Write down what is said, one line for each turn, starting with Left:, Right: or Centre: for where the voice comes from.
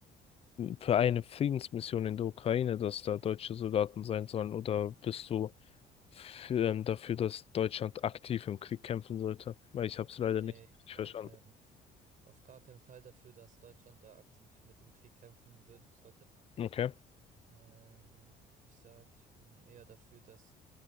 Left: für eine Friedensmission in der Ukraine, dass da deutsche Soldaten sein sollen, oder bist du für, ähm, dafür, dass Deutschland aktiv im Krieg kämpfen sollte. Weil ich habe es leider
Right: Nee,
Left: nicht
Right: ich
Left: richtig
Right: bin
Left: verstanden.
Right: ähm, auf gar keinen Fall dafür, dass Deutschland da aktiv mit im Krieg kämpfen würde, sollte.
Left: Okay.
Right: Ähm, ich sag, ich bin eher dafür, dass,